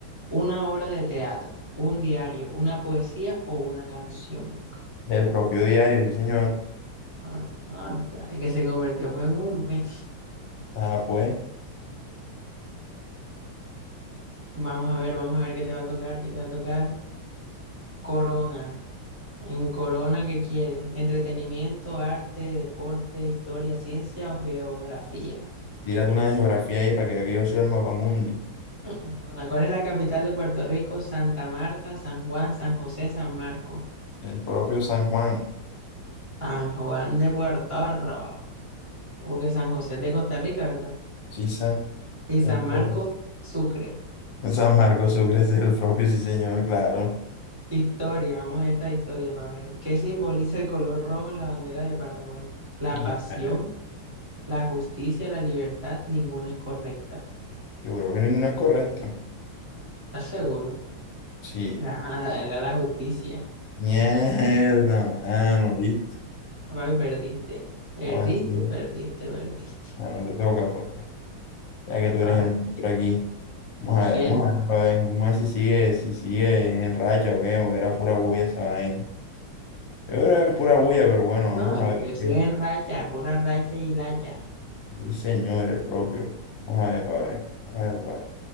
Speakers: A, on the right; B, on the left.
A: ¿Una obra de teatro, un diario, una poesía o una canción?
B: El propio diario, sí, señor.
A: Ajá, El que se convirtió fue en un mes.
B: Ah, pues,
A: Vamos a ver, vamos a ver qué te va a tocar, qué te va a tocar. Corona. En Corona, ¿qué quieres? ¿Entretenimiento, arte, deporte, historia, ciencia o geografía?
B: tírate una de geografía ahí para que vea que yo soy el mapamundi.
A: Ajá, ¿Cuál es la capital de Puerto Rico? Santa Marta, San Juan, San José, San Marco.
B: El propio San Juan,
A: San Juan de Puerto Rico, porque San José es de Costa Rica, ¿verdad?
B: sí, sa-
A: Y
B: el
A: San Marco,
B: propio.
A: Sucre.
B: San Marcos Sucre es el propio, sí, señor, claro.
A: Historia, vamos a esta historia para ver. ¿Qué simboliza el color rojo en la bandera de Paraguay? La
B: Mierda.
A: pasión, la justicia, la libertad, ninguna es correcta.
B: Yo creo que ninguna es correcta.
A: ¿Estás seguro?
B: Sí.
A: Ah, era la justicia.
B: Mierda, mano,
A: Ah,
B: ¿viste?
A: Papi, perdiste. Perdiste,
B: Ah, sí.
A: perdiste, perdiste.
B: Ah, no te toca, pues, ya que tú eres
A: A ver.
B: el monstruo aquí. Vamos
A: Fiel.
B: a ver, vamos a ver, pa' ver, vamos a ver si sigue, si sigue en racha o qué, o era pura bulla esa vaina. Yo creo que era pura bulla, pero bueno,
A: No,
B: vamos a
A: yo
B: ver
A: estoy
B: qué.
A: en racha, pura racha y lacha.
B: Sí, señor, el propio. Vamos a ver, para ver. Vamos a ver, pa' ver.